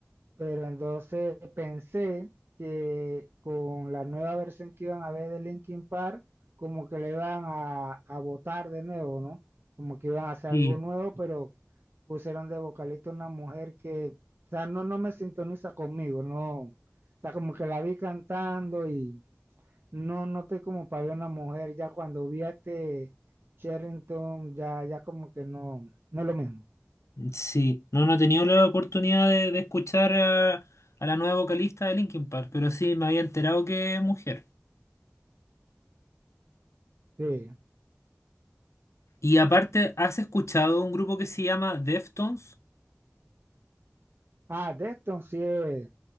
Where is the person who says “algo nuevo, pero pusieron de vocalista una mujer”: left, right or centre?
Right